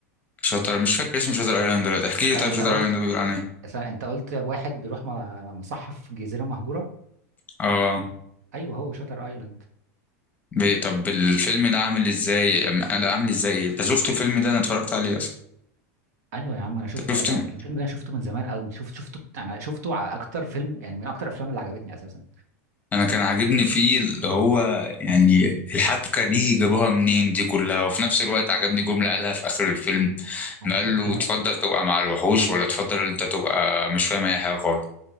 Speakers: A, on the left; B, on the right.
A: شاتر مش فاكر اسمه شاتر ايلاند دلوقتي احكي
B: بس
A: لي
B: انت
A: طيب شاتر
B: قلت
A: ايلاند ده بيقول عن ايه
B: بس انت قلت واحد بيروح م- مصحف جزيره مهجوره
A: اه
B: ايوه هو شاتر ايلاند
A: بي... طب الفيلم ده عامل ازاي أم- لا عامل ازاي إيه؟ انت شفته الفيلم ده انا اتفرجت عليه اصلا
B: ايوه يا عم انا شفته
A: انت شفته
B: ده الفيلم ده انا شفته من زمان قوي شفت شفته انا شفته على اكتر فيلم يعني من اكتر الافلام اللي عجبتني اساسا
A: انا كان عاجبني فيه اللي هو يعني الحبكه دي جابوها منين دي كلها وفي نفس الوقت عجبني جمله قالها في اخر الفيلم
B: على
A: إن قال
B: فكرة
A: له تفضل تبقى مع الوحوش ولا تفضل انت تبقى مش فاهم اي حاجه خالص